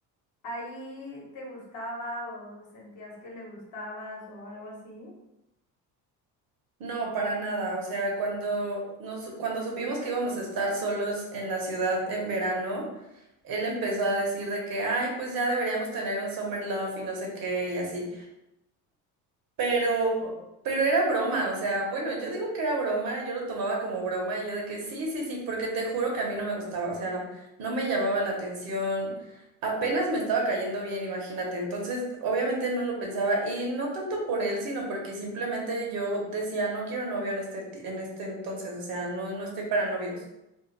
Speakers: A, on the left; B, on the right.
A: ¿ahí te gustaba o sentías que le gustabas o algo así?
B: No, para nada. O sea, cuando nos, cuando supimos que íbamos a estar solos en la ciudad en verano, él empezó a decir de que, ay, pues ya deberíamos tener un summer love y no sé qué y así. Pero, pero era broma, o sea, bueno, yo digo que era broma, yo lo tomaba como broma y yo de que sí, sí, sí, porque te juro que a mí no me gustaba, o sea, no me llamaba la atención, apenas me estaba cayendo bien, imagínate, entonces obviamente no lo pensaba y no tanto por él, sino porque simplemente yo decía, no quiero novio en este, ti- en este entonces, o sea, no, no estoy para novios.